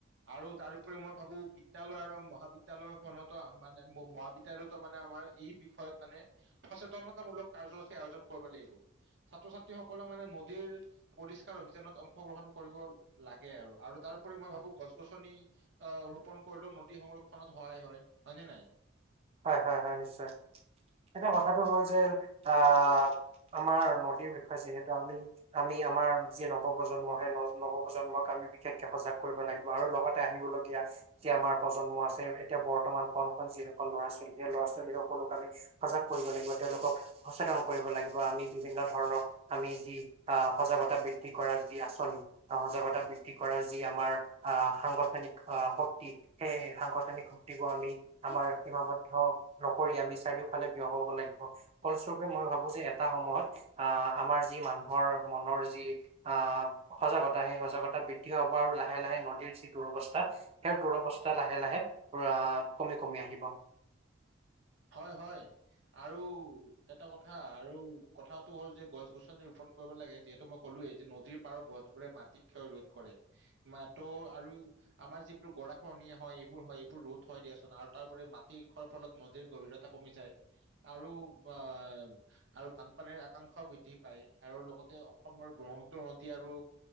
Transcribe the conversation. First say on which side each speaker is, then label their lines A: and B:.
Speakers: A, on the right; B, on the right.
A: আৰু তাৰোপৰি মই ভাবো বিদ্যালয় আৰু মহাবিদ্যালয় খনতো মানে মহাবিদ্যালয়তো মানে আমাৰ এই বিষয়ত মানে সচেতনতাামূলক কাৰ্যসূচী আয়োজন কৰিব লাগিব ছাত্ৰ-ছাত্ৰীসকলে মানে নদীৰ পৰিষ্কাৰ অভিযানত অংশগ্ৰহণ কৰিব লাগে আৰু আৰু তাৰপৰি মই ভাবো গছ-গছনি অ', ৰোপন কৰিলেও নদী সংৰক্ষণত সহায় হয় হয় নে নাই?
B: হয়, হয়, হয় নিশ্চয় এতিয়া কথাটো হ'ল যে অ', আমাৰ নদীৰ বিষয়ে যিহেতু আমি আমি আমাৰ যি নৱপ্ৰজন্ম সেই নৱপ্ৰজন্মক আমি বিশেষকে সজাগ কৰিব লাগিব আৰু লগতে আহিব লগীয়া যি আমাৰ প্ৰজন্ম আছে এতিয়া বৰ্তমান কন কন কন ল'ৰা ছোৱালী সেই ল'ৰা-ছোৱালীসকলক আমি সজাগ কৰিব লাগিব তেওঁলোকক সচেতন কৰিব লাগিব আমি বিভিন্ন ধৰণৰ আমি যি আহ, সজাগতা বৃদ্ধি কৰাৰ যি আঁচনি সজাগতা বৃদ্ধি কৰাৰ যি আমাৰ আহ, সাংগঠনিক আহ শক্তি সেই সাংগঠনিক শক্তিবোৰ আমি আমাৰ সীমাবদ্ধ নকৰি আমি চাৰিওফালে ব্যয় হ'ব লাগিব ফলস্বৰূপে মই ভাবোঁ যে এটা সময়ত আহ আমাৰ যি মানুহৰ মনৰ যি আহ সজাগতা সেই সজাগতা বৃদ্ধি হ'ব আৰু লাহে লাহে নদীৰ যি দুৰৱস্থা সেই দুৰৱস্থা লাহে, লাহে, আহ, কমি কমি আহিব।
A: হয় হয় আৰু এটা কথা আৰু কথাটো হ'ল যে গছ-গছনি ৰোপন কৰিব লাগে যিহেতু মই ক'লোৱেই যে নদীৰ পাৰৰ গছবোৰে মাটিত ক্ষয় ৰোধ কৰে মতো আৰু আমাৰ যিবোৰ গৰাখহনীয়া হয় এইবোৰ হয় এইবোৰ ৰোধ হয় দিয়াচোন আৰু তাৰ উপৰি মাটি খ্যয়ৰ ফলত নদীৰ গভীৰতা কমি যায় আৰু আহ, আৰু বানপানীৰ আকাংক্ষাও বৃদ্ধি পায় আৰু লগতে অসমৰ ব্ৰহ্মপুত্ৰ নদী আৰু